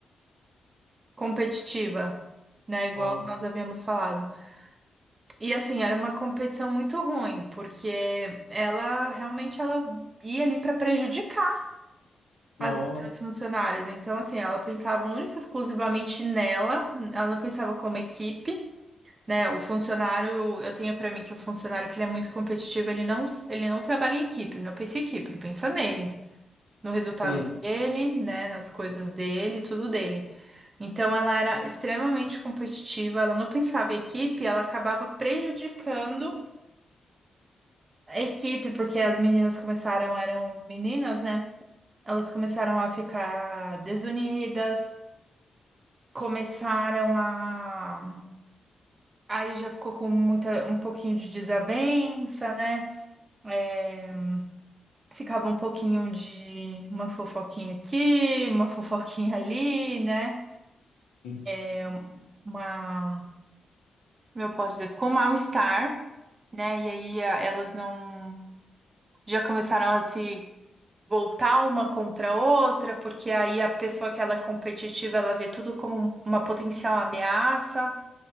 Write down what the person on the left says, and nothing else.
Ó,
Nossa,
sim.
Sim.